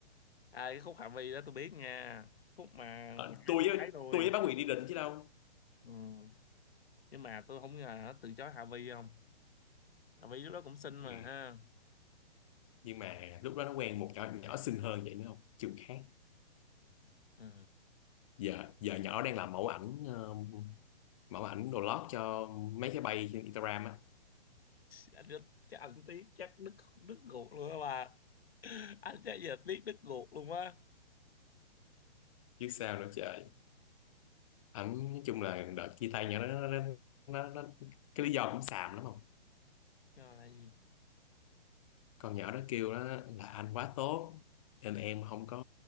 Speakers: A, on the left; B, on the left.
A: À, cái khúc Hạ Vi đó tôi biết nha khúc mà
B: Ờ,
A: ngã
B: tôi
A: em
B: với
A: gái tôi
B: tôi với Bá Quyền đi định chứ đâu
A: ừ. nhưng mà tôi không ngờ nó từ chối Hạ Vi không Hạ Vi lúc đó cũng xinh mà
B: ừ.
A: ha
B: nhưng mà lúc đó nó quen một nhỏ nhỏ xinh hơn vậy nữa không trường khác
A: ừ.
B: giờ giờ nhỏ đang làm mẫu ảnh ờ, mẫu ảnh đồ lót cho mấy cái bay trên Instagram á
A: anh rất chắc anh tiếc chắc đứt đứt ruột luôn á bà anh chắc giờ tiếc đứt ruột luôn á
B: chứ sao nữa trời ẩn nói chung là đợt chia tay nhỏ đó nó, nó, nó, nó cái lý do cũng xàm lắm không
A: cho là gì
B: con nhỏ đó kêu đó là anh quá tốt nên em không có